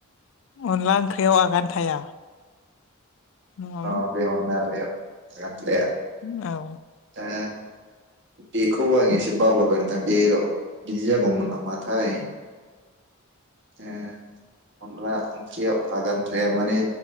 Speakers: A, on the left; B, on the right.
A: अनला ओंख्रियाव आगान थाया नङामोन
B: अ बे अनला खारैआव आगान थाया
A: औ
B: आ बेखौ आं एसे बावगारबायनो थांद र' बिदि जागौमोन माथाय ओ अनला ओंख्रियाव आगान थाया माने